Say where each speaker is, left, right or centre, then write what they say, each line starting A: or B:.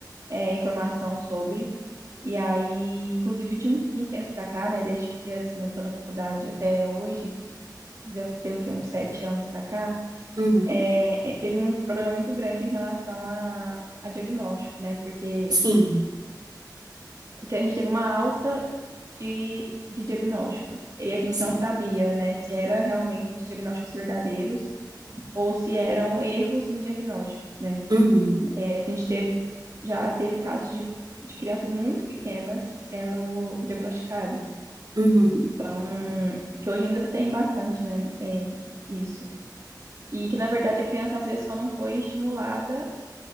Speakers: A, on the right; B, on the right.
A: é, informação sobre, e aí, inclusive de uns, de uns tempos para cá, né, desde que assim, eu tô na faculdade até hoje, deve ter o quê, uns sete anos para cá,
B: Uhum.
A: é, teve um problema muito grande em relação a, a diagnóstico, né, porque
B: Sim,
A: te- a gente teve uma alta de, de diagnósticos. E a gente
B: sim.
A: não sabia, né, se era realmente diagnósticos verdadeiros ou se eram erros em diagnósticos, né?
B: Uhum,
A: É, a gente teve, já teve casos de, de crianças muito pequenas sendo diagnosticadas.
B: uhum,
A: Então, que hoje ainda tem bastante, né, é, isso. E que, na verdade, a criança, às vezes, só não foi estimulada,